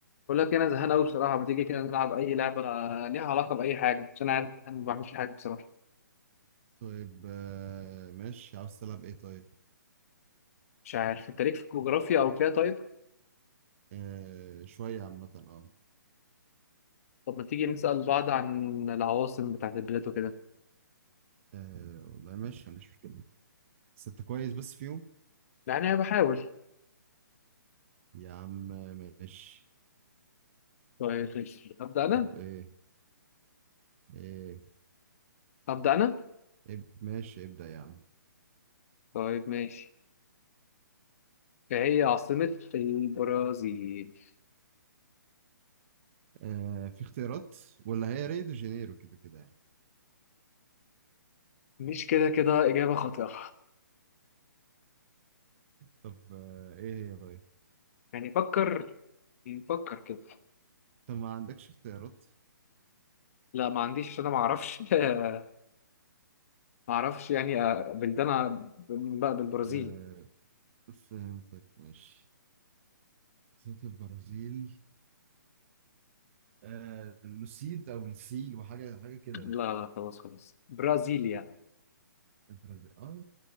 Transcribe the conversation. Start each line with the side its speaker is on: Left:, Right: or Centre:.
Left: بقول لك إيه، انا زهقان قوي بصراحه ما تيجي كده نلعب اي لعبه ليها علاقه باي حاجه عشان انا قاعد زهقان ما بعملش حاجه بصراحه
Right: طيب آه، ماشي عاوز تلعب ايه طيب
Left: مش عارف انت ليك في الجغرافيا او كده طيب
Right: آه شوية عامة اه
Left: طب ما تيجي نسال بعض عن العواصم بتاعت البلاد وكده
Right: آه، والله ماشي ما عنديش مشكلة بس انت كويس بس فيهم
Left: يعني انا بحاول
Right: يا عم آه، ماشي
Left: طيب ماشي ابدا انا
Right: طب ايه ايه
Left: ابدا انا
Right: إب... ماشي ابدأ يا عم
Left: طيب ماشي إيه هي عاصمه البرازيل
Right: آه في اختيارات ولا هي ريو دي جانيرو كده كده يعني
Left: مش كده كده اجابه خاطئه
Right: طب آه ايه هي طيب
Left: يعني فكر يعني فكر كده
Right: انت ما عندكش اختيارات
Left: لا ما عنديش عشان انا ما اعرفش <laughs> ما اعرفش يعني آه، بلدان ع- بالبرازيل
Right: آه فهمتك ماشي صوت البرازيل آه لوسيد او السيل وحاجة حاجة كده
Left: لا لا خلاص خلاص برازيليا
Right: البرازيل اه